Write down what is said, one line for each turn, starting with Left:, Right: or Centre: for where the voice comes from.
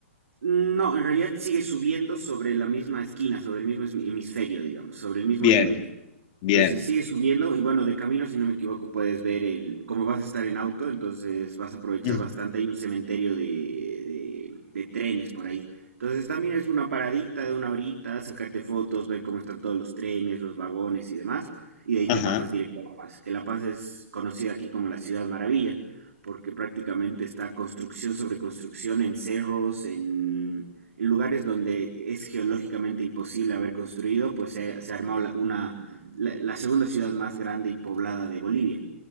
Right: No, en realidad sigue subiendo sobre la misma esquina, sobre el mismo hemisferio, digamos, sobre el mismo
Left: Bien,
Right: límite.
Left: bien.
Right: Entonces sigue
Left: <clears throat>
Right: subiendo y bueno, de camino, si no me equivoco, puedes ver el, como vas a estar en auto, entonces vas a aprovechar
Left: Mm,
Right: bastante. Hay un cementerio de, de- de trenes por ahí. Entonces también es una paradita de una horita, sacarte fotos, ver cómo están todos los trenes, los vagones y demás. Y de ahí
Left: Ajá.
Right: te pasas directo a La Paz, que La Paz es conocida aquí como la Ciudad Maravilla, porque prácticamente está construcción sobre construcción en cerros, en, en lugares donde es geológicamente imposible haber construido, pues se, se ha armado la- una la, la segunda ciudad más grande y poblada de Bolivia.